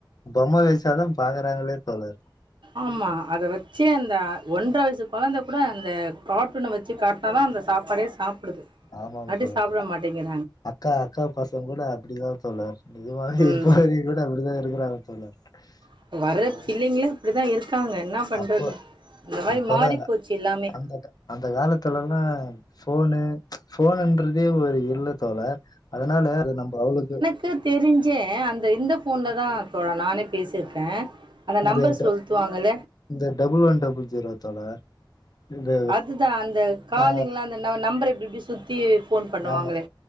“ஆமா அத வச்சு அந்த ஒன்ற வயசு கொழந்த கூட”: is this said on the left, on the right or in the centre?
Right